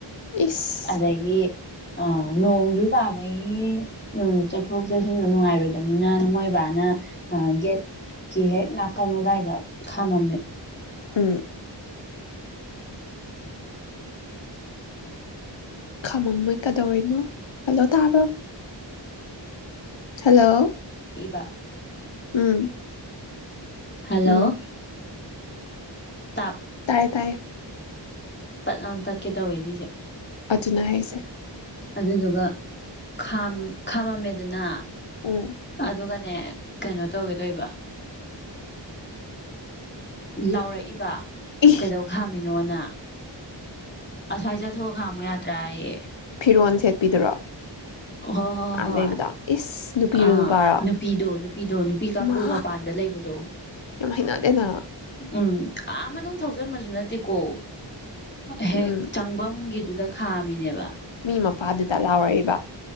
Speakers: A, on the left; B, on the left.
A: ꯏꯁ
B: ꯑꯗꯒꯤ ꯑ ꯅꯣꯡꯁꯨ ꯆꯥꯕ ꯑꯩꯣꯏꯒꯤ ꯆꯠꯊꯣꯛ ꯆꯠꯁꯤꯟꯗꯣ ꯅꯨꯡꯉꯥꯏꯔꯣꯏꯗꯕꯅꯤꯅ ꯅ ꯃꯣꯏ ꯕꯥꯅ ꯒꯦꯠꯀꯤ ꯍꯦꯛ ꯅꯥꯀꯟ ꯑꯗꯨꯗꯥꯏꯗ ꯈꯥꯝꯃꯝꯃꯦ
A: ꯎꯝ ꯈꯥꯝꯃꯝꯃꯦꯣꯏ ꯀꯗꯧꯅꯣ ꯍꯜꯂꯣ ꯇꯥꯕ꯭ꯔꯣ ꯍꯜꯂꯣ
B: ꯏꯕ
A: ꯎꯝ
B: ꯍꯂꯣ
A: ꯎꯝ
B: ꯇꯥꯛ
A: ꯇꯥꯏ ꯇꯥꯏ
B: ꯠ ꯇꯠꯀꯦ ꯇꯧꯋꯦ ꯁꯤꯁꯦ
A: ꯑꯗꯨꯅ ꯍꯥꯏꯁꯦ
B: ꯑꯗꯨꯗꯨꯒ ꯈꯥꯝ ꯈꯥꯝꯃꯝꯃꯦ ꯑꯗꯨꯅ
A: ꯎꯝ
B: ꯑꯗꯨꯒꯅꯤ ꯅ ꯀꯩꯅꯣ ꯇꯧꯒꯦꯗꯣꯏꯕ ꯂꯥꯎꯔꯛꯏꯕ
A: ꯏ
B: ꯀꯩꯗꯧ ꯈꯥꯝꯃꯤꯅꯣꯅ ꯑ ꯍꯥꯏꯥꯏ ꯆ ꯊ ꯈꯥꯡꯝ ꯌꯥ ꯇꯔꯥꯏꯌꯦ
A: ꯐꯤꯔꯣꯟꯜ ꯁꯦꯠꯄꯤꯗꯨꯔꯣ
B: ꯍꯣ ꯍꯣ ꯍꯣꯏ
A: ꯂꯩꯕꯗ ꯏꯁ ꯅꯨꯄꯤꯔꯣ
B: ꯑꯥ
A: ꯅꯨꯄꯥꯔꯣ
B: ꯅꯨꯄꯤꯗꯣ ꯅꯨꯄꯤꯗꯣ ꯅꯨꯄꯤ ꯀꯥꯡꯒꯨ
A: ꯃꯥ
B: ꯃꯄꯥꯟꯗ ꯂꯩꯕꯗꯣ
A: ꯌꯥꯝ ꯍꯩꯅꯗꯦꯅ
B: ꯎꯝ ꯑꯥ ꯑꯃ ꯑꯗꯨ ꯊꯧꯖꯟꯃꯁꯨ ꯅꯠꯇꯦꯀꯣ ꯍꯦꯛ
A: ꯎꯝ
B: ꯆꯪꯐꯝꯒꯤ ꯑꯗꯨꯗ ꯈꯥꯝꯃꯤꯅꯦꯕ
A: ꯃꯤ ꯃꯄꯥꯗꯨꯗ ꯂꯥꯎꯔꯛꯏꯕ